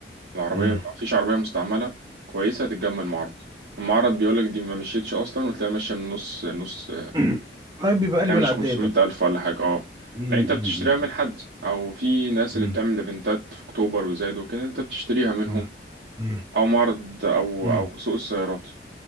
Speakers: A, on the right (about 65°); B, on the right (about 20°).
A: العربية
B: امم
A: مفيش عربية مستعملة كويسة هتتجمع من معرض المعرض بيقولك دي ما مشيتش أصلا وتلاقي ماشية النص نص
B: <clears throat> هاي بيبقى قلب
A: يعني
B: العداد
A: مش خمسمية
B: ده
A: ألف ولا حاجة أه
B: امم
A: لا أنت بتشتريها من حد أو في ناس
B: أمم،
A: اللي بتعمل إيفنتات في أكتوبر وزايد وكده أنت بتشتريها منهم
B: أمم، أمم،
A: أو معرض أو
B: أمم،
A: أو سوق السيارات